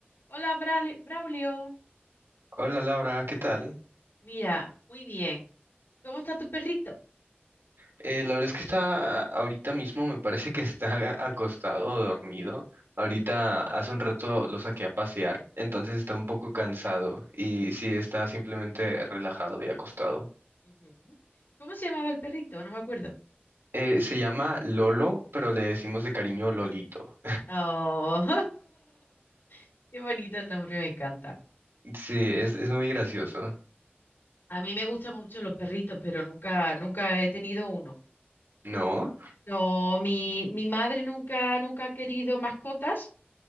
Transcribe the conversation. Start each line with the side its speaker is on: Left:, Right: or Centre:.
Left: Hola, Brali- Braulio.
Right: Hola Laura, ¿qué tal?
Left: Mira, muy bien. ¿Cómo está tu perrito?
Right: Eh, la verdad es que está ahorita mismo, me parece que está acostado o dormido. Ahorita hace un rato lo saqué a pasear, entonces está un poco cansado y sí está simplemente relajado y acostado.
Left: Ujú. ¿Cómo se llamaba el perrito? No me acuerdo.
Right: Eh, se llama Lolo, pero le decimos de cariño Lolito.
Left: Oh, <laughs> qué bonito el nombre, me encanta.
Right: <laughs> Sí, es, es muy gracioso.
Left: A mí me gustan mucho los perritos, pero nunca, nunca he tenido uno.
Right: ¿No?
Left: No, mi, mi madre nunca, nunca ha querido mascotas